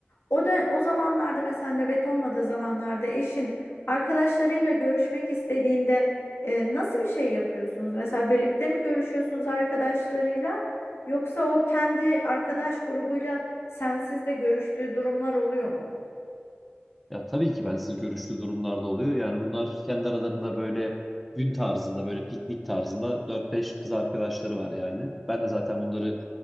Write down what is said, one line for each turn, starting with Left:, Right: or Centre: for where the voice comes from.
Left: O da o zamanlarda mesela nöbet olmadığı zamanlarda eşin arkadaşlarıyla görüşmek istediğinde e, nasıl bir şey yapıyorsunuz? Mesela birlikte mi görüşüyorsunuz arkadaşlarıyla yoksa o kendi arkadaş grubuyla sensiz de görüştüğü durumlar oluyor mu?
Centre: Ya tabii ki bensiz görüştüğü durumlarda oluyor. Yani bunlar kendi aralarında böyle gün tarzında, böyle piknik tarzında dört beş kız arkadaşları var yani. Ben de zaten bunları